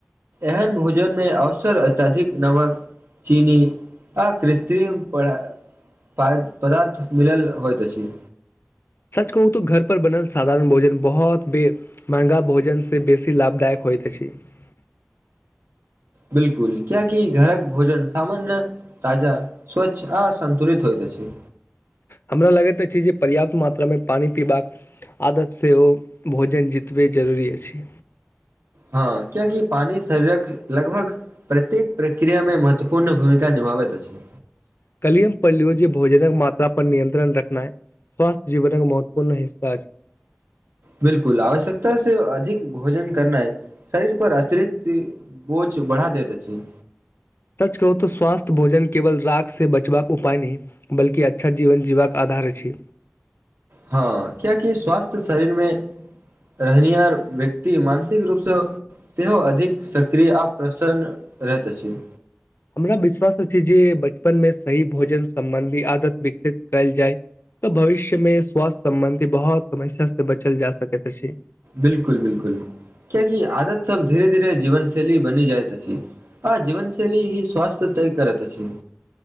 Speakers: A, on the right; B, on the left.
A: एहन भोजन मे अवसर अत्यधिक नमक चीनी आ कृत्रिम पदार, पदा, पदार्थ मिलल होइत अछि।
B: सच कहू तऽ घर पर बनल साधारण भोजन बहुत बेर महगा भोजन से बेसी लाभदायक होइत अछि। <unintelligible>
A: बिल्कुल कियाकि घरक भोजन सामान्य ताजा स्वच्छ आ सन्तुलित होइत अछि।
B: हमरा लगैत अछि जे पर्याप्त मात्रामे पानि पीबाक आदत सेहो भोजन जितबे जरूरी अछि।
A: हँ कियाकि पानी शरीरक लगभग प्रत्येक प्रक्रिया में महत्वपूर्ण भूमिका निभाबैत अछि।
B: कल ही हम पढ़लहुँ जे भोजनक मात्रा पर नियंत्रण रखनाय स्वास्थ्य जीवनक महत्वपूर्ण हिस्सा अछि।
A: बिल्कुल आवश्यकता से अधिक भोजन करनाइ शरीर पर अतिरिक्त बोझ बढ़ा देैत अछि।
B: सच कहू तऽ स्वास्थ्य भोजन केवल राखसँ बचबाक उपाय नहि बल्कि अच्छा जीवन जीबाक आधार अछि।
A: हँ कियाकि स्वास्थ्य शरीरमे रहनिहार व्यक्ति मानसिक रूपसँ सेहो अधिक सक्रिय आ प्रसन्न रहैत अछि।
B: हमरा विश्वास अछि जे बचपनमे सही भोजन सम्बन्धी आदत विकसित कयल जाय तऽ भविष्यमे स्वास्थ्य सम्बन्धी बहुत समस्या स बचल जा सकैत अछि।
A: बिल्कुल बिल्कुल कियाकि आदत सब धीरे-धीरे जीवनशैली बनी जाइत अछि आ जीवनशैली ही स्वस्थ्य तय करत अछि।